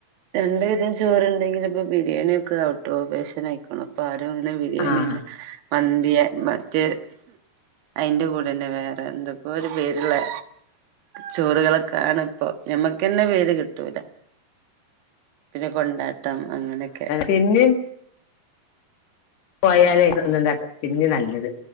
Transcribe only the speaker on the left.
ആഹ്
പിന്നീം പോയാലേ തിന്ന്ണ്ടാക്ക പിന്നീം നല്ലത്.